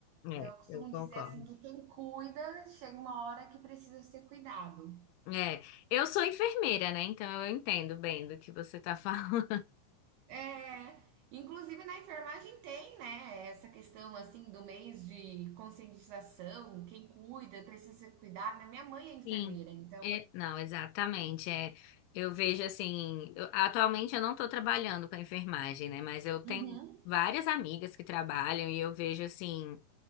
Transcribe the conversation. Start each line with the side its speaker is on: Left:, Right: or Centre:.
Left: É,
Right: Então, eu costumo
Left: eu concordo.
Right: dizer assim que quem cuida chega uma hora que precisa ser cuidado.
Left: É, eu sou enfermeira, né? Então eu entendo bem do que você tá <laughs> falando.
Right: É, inclusive na enfermagem tem, né, essa questão assim do mês de conscientização, quem cuida, precisa se cuidar, né? Minha mãe é enfermeira,
Left: Sim.
Right: então,
Left: É, não, exatamente. É, eu vejo assim, eu- atualmente eu não estou trabalhando com a enfermagem, né? Mas eu tenho
Right: uhum,
Left: várias amigas que trabalham e eu vejo assim,